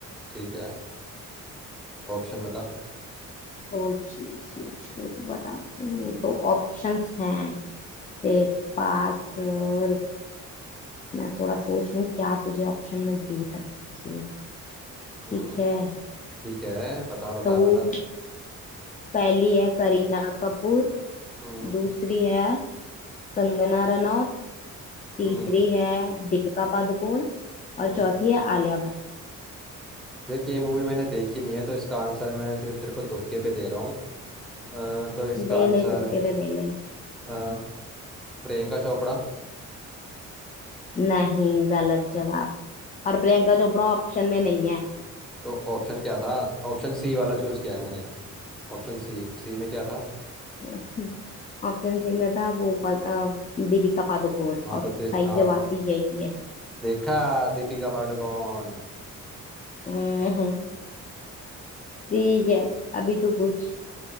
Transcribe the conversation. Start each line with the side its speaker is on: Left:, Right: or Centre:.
Centre: ठीक है ऑप्शन बता
Left: सोच ले सोच रुक बताती हूँ तो ऑप्शंस हैं तेरे पास रुक मैं थोड़ा सोच लूँ क्या तुझे ऑप्शन में दे सकती हूँ
Centre: हम्म
Left: ठीक है
Centre: ठीक है बता बता
Left: तो
Centre: बता
Left: पहली है करीना कपूर
Centre: हम्म
Left: दूसरी है कंगना रनौत तीसरी
Centre: हम्म
Left: है दीपिका पादुकोण और
Centre: हम्म
Left: चौथी है आलिया भट्ट
Centre: देख ये मूवी मैंने देखी नहीं है तो इसका आंसर मैं सिर्फ तेरे को तुक्के पे दे रहा हूँ अ, तो इसका
Left: दे
Centre: आंसर
Left: ले तुक्के पे दे ले
Centre: अ, प्रियंका चोपड़ा
Left: नहीं गलत जवाब और प्रियंका चोपड़ा ऑप्शन में नहीं है
Centre: तो ऑप्शन क्या था ऑप्शन सी वाला चूज किया है मैंने ऑप्शन सी सी में क्या था
Left: <laughs> ऑप्शन सी में था वो पद, अ, दीपिका पादुकोण
Centre: हाँ
Left: और
Centre: तो ते,
Left: सही
Centre: हाँ
Left: जवाब भी यही है
Centre: देखा दीपिका पादुकोण
Left: हम्म, ठीक है अभी तू पूछ